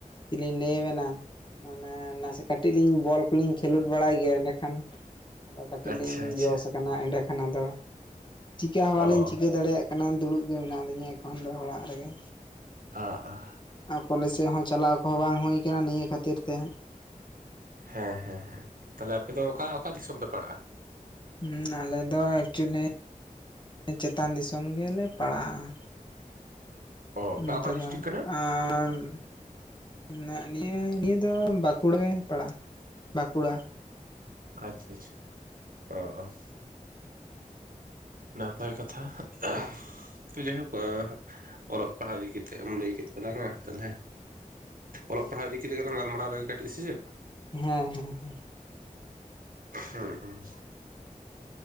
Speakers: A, on the left; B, on the right.
A: ᱪᱮᱫ ᱞᱤᱧ ᱞᱟᱹᱭᱟᱵᱮᱴᱤᱱᱟ ᱢᱟᱱᱮ ᱱᱟᱥᱮ ᱠᱟᱹᱴᱤᱡ ᱞᱤᱧ ᱵᱚᱞ ᱠᱚᱞᱤᱧ ᱠᱷᱮᱞᱳ ᱵᱟᱲᱟᱭ ᱜᱮᱭᱟ ᱮᱸᱰᱮᱠᱷᱟᱱ ᱟᱫᱚ ᱠᱟᱹᱴᱤᱡ
B: ᱟᱪᱪᱷᱟ
A: ᱞᱤᱧ
B: ᱟᱪᱪᱷᱟ
A: ᱡᱚᱥ ᱠᱟᱱᱟ ᱮᱸᱰᱮᱠᱷᱟᱱ ᱟᱫᱚ ᱪᱤᱠᱟ ᱦᱚᱸ
B: ᱚ
A: ᱵᱟᱞᱤᱧ ᱪᱤᱠᱟᱹ ᱫᱟᱲᱮᱭᱟᱜ ᱠᱟᱱᱟ ᱫᱩᱲᱩᱵ ᱜᱮ ᱢᱮᱱᱟᱜ ᱞᱤᱧᱟ ᱮᱠᱷᱚᱱ ᱫᱚ ᱚᱲᱟᱜ ᱨᱮᱜᱮ᱾
B: ᱟᱸ ᱟᱸ᱾
A: ᱟᱨ ᱠᱚᱞᱮᱡᱽ ᱥᱮᱜ ᱦᱚᱸ ᱪᱟᱞᱟᱣ ᱠᱚᱦᱚᱸ ᱵᱟᱝ ᱦᱳᱭ ᱠᱟᱱᱟ ᱱᱤᱭᱟᱹ ᱠᱷᱟᱹᱛᱤᱨ ᱛᱮ᱾
B: ᱦᱮᱸ ᱦᱮᱸ ᱦᱮᱸ ᱛᱟᱞᱦᱮ ᱟᱯᱮ ᱫᱚ ᱚᱠᱟ ᱚᱠᱟ ᱫᱤᱥᱚᱢ ᱯᱮ ᱯᱟᱲᱟᱜᱼᱟ?
A: ᱚᱸ ᱟᱞᱮ ᱫᱚ ᱮᱠᱪᱩᱞᱤ ᱪᱮᱛᱟᱱ ᱫᱤᱥᱚᱢ ᱜᱮᱞᱮ ᱯᱟᱲᱟᱜᱼᱟ᱾
B: ᱚ ᱚᱠᱟ
A: ᱱᱚᱛᱮ
B: ᱚᱠᱟ ᱰᱤᱥᱴᱤᱠ
A: ᱫᱚ
B: ᱠᱟᱱᱟ?
A: ᱟᱱ ᱱᱟᱜ ᱱᱤᱭᱟᱹ ᱱᱤᱭᱟᱹ ᱫᱚ ᱵᱟᱸᱠᱩᱲᱟ ᱨᱮ ᱯᱟᱲᱟᱜᱼᱟ ᱵᱟᱸᱠᱩᱲᱟ᱾
B: ᱟᱪᱷᱟ ᱟᱪᱷᱟ ᱚ᱾ ᱱᱟᱯᱟᱭ ᱠᱟᱛᱷᱟ <unintelligible> ᱛᱚ ᱡᱟᱭᱦᱳᱠ ᱟ ᱚᱞᱚᱜ ᱯᱟᱲᱦᱟᱣ ᱤᱫᱤ ᱠᱟᱛᱮᱜ ᱮᱢ ᱞᱟᱹᱭ ᱠᱮᱫ ᱛᱟᱞᱟᱝᱟ ᱛᱟᱦᱟᱞᱮ ᱚᱞᱚᱜ ᱯᱟᱲᱦᱟᱣ ᱤᱫᱤ ᱠᱟᱛᱮᱫᱽ ᱜᱮᱞᱟᱝ ᱜᱟᱞᱟᱞᱢᱟᱨᱟᱣ ᱞᱮᱜᱮ ᱠᱟᱴᱤᱡ ᱥᱮ ᱪᱮᱫ?
A: ᱦᱮᱸ ᱦᱮᱸ ᱦᱮᱸ᱾
B: ᱦᱚᱸ ᱦᱚᱸ᱾